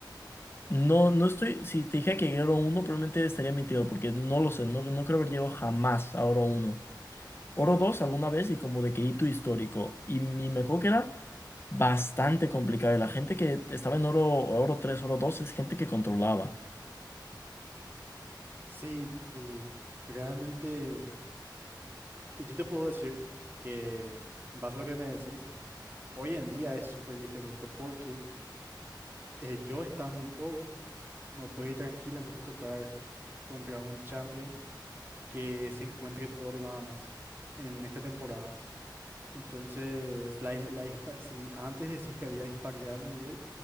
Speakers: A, on the left; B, on the right.
A: No, no estoy... Si te dije que oro uno probablemente estaría mintiendo porque no lo sé. No, no creo haber llegado jamás a oro uno Oro 2 alguna vez y como de que hito histórico. Y mi me acuerdo que era bastante complicado. Y la gente que estaba en oro, oro tres oro 2 es gente que controlaba.
B: Sí, y realmente. Y yo te puedo decir que, en base a lo que me decís, Hoy en día es súper diferente porque eh, yo estando en oro me puede tranquilamente tocar contra un champion que se encuentre en oro nada más en esta temporada. Entonces, la, dis- la dispa- si antes decís que había disparidad de nivel,